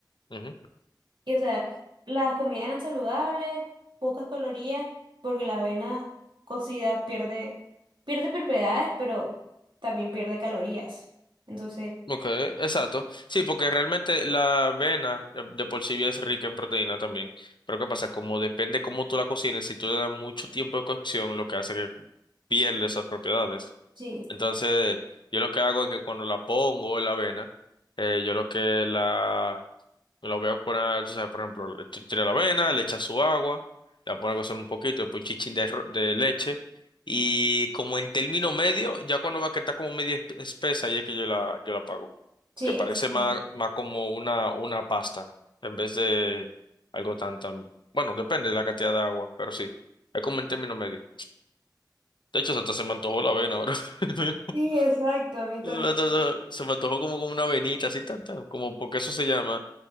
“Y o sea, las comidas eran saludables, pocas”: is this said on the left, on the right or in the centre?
Right